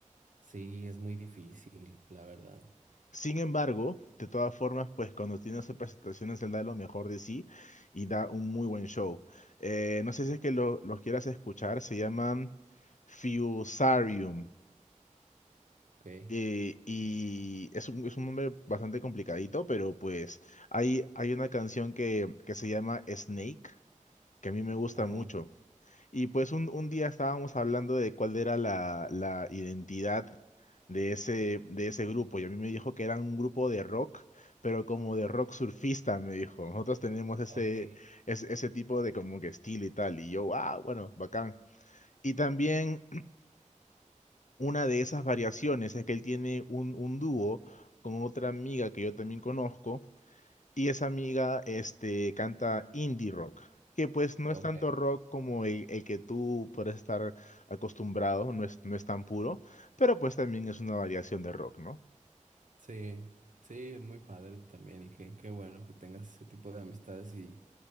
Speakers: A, on the right (about 70°); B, on the left (about 70°).
A: Sí, es muy difícil, la verdad.
B: Sin embargo, de todas formas, pues cuando tiene hace presentaciones él da lo mejor de sí y da un muy buen show. Eh, no sé si es que lo- los quieras escuchar, se llaman Fusarium.
A: Ok.
B: eh, y es un, es un nombre bastante complicadito, pero pues hay, hay una canción que, que se llama Snake, que a mí me gusta
A: Ajá.
B: mucho. Y pues un, un día estábamos hablando de cuál era la, la identidad de ese, de ese grupo, y a mí me dijo que era un grupo de rock, pero como de rock surfista, me dijo. Nosotros tenemos ese,
A: Ok.
B: ese, ese tipo de como que estilo y tal, y yo, ah, bueno, bacán. Y también una de esas variaciones es que él tiene un, un dúo con otra amiga que yo también conozco y esa amiga este, canta indie rock, que pues no
A: Ok.
B: es tanto rock como el, el que tú puedes estar acostumbrado, no es, no es tan puro, pero pues también es una variación de rock, ¿no?
A: Sí. Sí, es muy padre también y qué, qué bueno que tengas ese tipo de amistades y